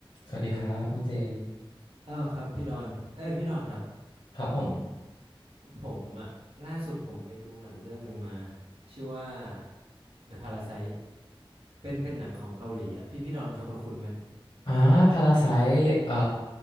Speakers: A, on the left (about 70°); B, on the right (about 75°).
A: สวัสดีครับน้องเจ
B: เออครับพี่ดอน เอ้ยพี่ดอนครับ
A: ครับผม
B: ผมอะล่าสุดผมไปดูหนังเรื่องหนึ่งมาชื่อว่า The Parasite เป็นเป็นหนังของเกาหลีอะพี่พี่ดอนจะคุ้นๆไหม
A: อ่าพาราไซเอ่อ